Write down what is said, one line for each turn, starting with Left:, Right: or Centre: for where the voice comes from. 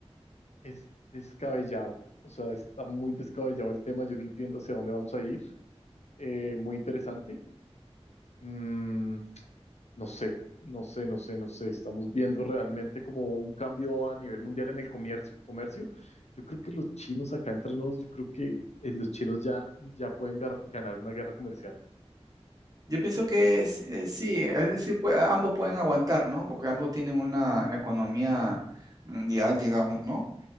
Left: Es descabellado. O sea, está muy descabellado el tema. Yo no entiendo hacia dónde vamos a ir. Eh, muy interesante. Mm, no sé, no sé, no sé, no sé. Estamos viendo realmente como un cambio a nivel mundial en el comercio. comercio. Yo creo que los chinos acá entre nos, yo creo que eh, los chinos ya, ya pueden gar- ganar una guerra comercial.
Right: Yo pienso que s- eh, sí, es decir, pues, a- ambos pueden aguantar, ¿no? Porque ambos tienen una economía mundial, digamos, ¿no?